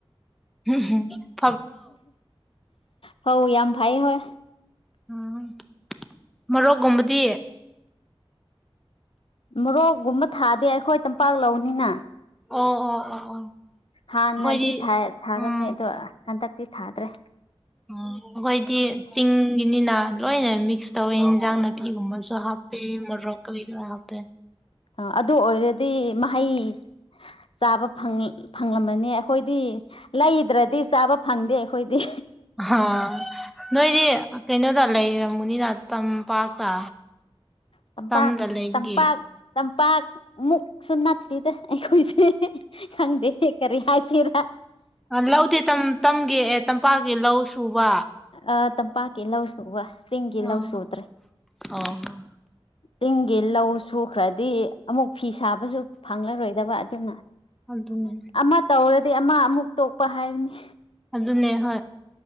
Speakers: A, in the centre; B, on the left.
A: ꯍꯝꯝ <inaudible>
B: ꯐꯧ ꯌꯥꯝ ꯐꯩꯌꯦ ꯍꯣꯏ
A: ꯎꯝ ꯃꯔꯣꯛꯀꯨꯝꯕꯗꯤ
B: ꯃꯣꯔꯣꯛꯒꯨꯝꯕ ꯊꯥꯗꯦ ꯑꯩꯈꯣꯏ ꯇꯝꯄꯥꯛ ꯂꯧꯅꯤꯅ
A: ꯑꯣ ꯑꯣ ꯑꯣ ꯑꯣ
B: ꯍꯥꯟꯅꯗꯤ
A: ꯑꯩꯈꯣꯏꯗꯤ
B: ꯊꯥꯔꯝꯃꯦ
A: ꯎꯝ
B: ꯑꯗꯣ ꯍꯟꯗꯛꯇꯤ ꯊꯥꯗ꯭ꯔꯦ
A: ꯑꯣ ꯑꯩꯈꯣꯏꯗꯤ ꯆꯤꯡꯒꯤꯅꯤꯅ ꯂꯣꯏꯅ ꯃꯤꯛꯁ ꯇꯧ ꯏꯟꯖꯥꯡꯅꯄꯤꯒꯨꯝꯕꯁꯨ ꯍꯥꯞꯄꯦ ꯃꯔꯣꯛ ꯀꯔꯤ ꯀꯔꯥ ꯍꯥꯞꯄꯦ
B: ꯑ ꯑꯗꯨ ꯑꯣꯏꯔꯗꯤ ꯃꯍꯩ ꯆꯥꯕ ꯐ ꯐꯪꯂꯝꯃꯅꯤ ꯑꯩꯈꯣꯏꯗꯤ ꯂꯩꯗ꯭ꯔꯗꯤ ꯆꯥꯕ ꯐꯪꯗꯦ ꯑꯩꯈꯣꯏꯗꯤ
A: ꯑꯥ ꯅꯣꯏꯗꯤ ꯀꯩꯅꯣꯗ ꯂꯩꯔꯝꯃꯨꯅꯤꯅ ꯇꯝꯄꯥꯛꯇ
B: ꯇꯝꯄꯥ
A: ꯇꯝꯗ ꯂꯩꯕꯒꯤ
B: ꯇꯝꯄꯥꯛ ꯇꯝꯄꯥꯛ ꯃꯨꯛꯁꯨ ꯅꯠꯇꯦꯗ ꯑꯩꯈꯣꯏꯁꯦ ꯈꯪꯗꯦ ꯀꯔꯤ ꯍꯥꯏꯁꯤꯔ
A: ꯂꯧꯗꯦ ꯇꯝꯒꯦ ꯑꯦ ꯇꯝꯄꯥꯛꯒꯦ ꯂꯧ ꯁꯨꯕ
B: ꯑ ꯇꯝꯄꯥꯛꯀꯤ ꯂꯧꯁꯤ ꯎꯕ ꯆꯤꯡꯒꯤ
A: ꯑꯥ
B: ꯂꯧꯁꯤ ꯎꯗ꯭ꯔꯦ
A: ꯑꯣ
B: ꯆꯤꯡꯒꯤ ꯂꯧ ꯁꯨꯈ꯭ꯔꯗꯤ ꯑꯃꯨꯛ ꯐꯤ ꯁꯥꯕꯁꯨ ꯐꯪꯂꯔꯣꯏꯗꯕ ꯑꯗꯨꯅ
A: ꯑꯗꯨꯅꯦ
B: ꯑꯃ ꯇꯧꯔꯗꯤ ꯑꯃ ꯑꯃꯨꯛ ꯇꯣꯛꯄ ꯍꯥꯏꯕꯅꯤ
A: ꯑꯗꯨꯅꯦ ꯍꯣꯏ